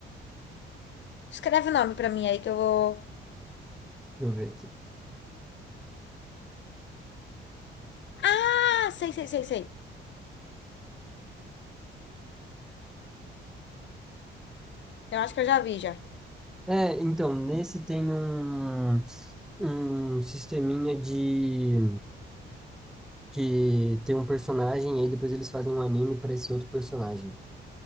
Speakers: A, on the left; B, in the centre.
A: Escreve o nome pra mim aí que eu vou.
B: Deixa eu ver aqui.
A: Ah, sei, sei, sei, sei. Eu acho que eu já vi já.
B: É, então, nesse tem um, um sisteminha de. que tem um personagem e aí depois eles fazem um anime para esse outro personagem.